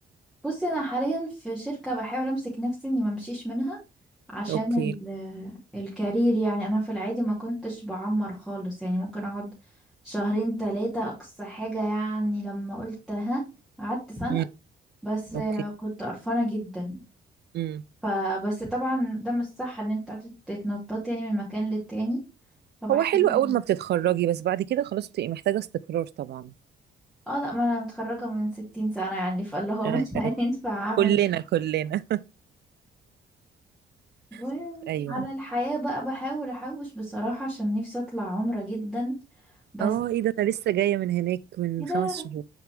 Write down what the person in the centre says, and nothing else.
بصي انا حاليا في شركة بحاول امسك نفسي اني ما امشيش منها عشان
ال- الكارير يعني انا في العادي ما كنتش بعمر خالص يعني ممكن اقعد شهرين ثلاثة اقصى حاجة يعني لما قلت ها قعدت سنة
بس
كنت قرفانة جدا
فبس طبعا ده مش صح ان انت قاعدة تتنططي يعني من مكان للتاني فبحاول
اه لا ما انا متخرجة من 60 سنة يعني فاللي هو
<laughs> مش هينفع اعمل
وعلى
الحياة بقى بحاول احوش بصراحة عشان نفسي اطلع عمرة جدا بس
كده